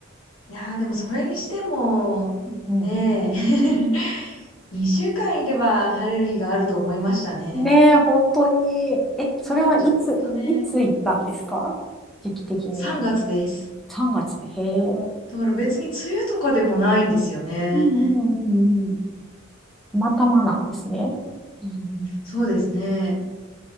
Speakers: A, on the left (about 80°); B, in the centre.
A: いやー、でもそれにしても、
B: うん。
A: ねえ、<laughs> 2週間いれば晴れる日があると思いましたね。
B: ねえ、本当に。え、それはいつ、
A: あ、ちょっとね、
B: いつ行ったんですか時期的には。
A: 3月です。
B: 3月。へえ。
A: だから別に梅雨とかでもないんですよね。
B: うんうんうんうん。たまたまなんですね。うんうん
A: そうですね。